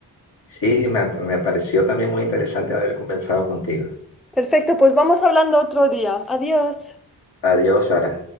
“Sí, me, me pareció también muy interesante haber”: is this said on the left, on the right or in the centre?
Left